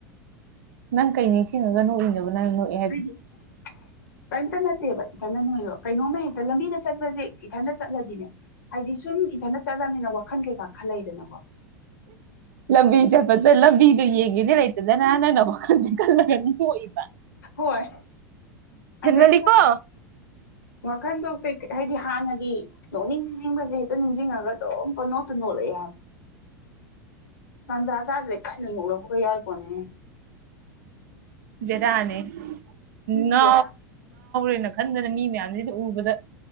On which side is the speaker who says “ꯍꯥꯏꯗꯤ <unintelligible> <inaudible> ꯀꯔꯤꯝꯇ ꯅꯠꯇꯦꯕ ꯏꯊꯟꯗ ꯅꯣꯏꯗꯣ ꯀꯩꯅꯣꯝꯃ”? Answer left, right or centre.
Left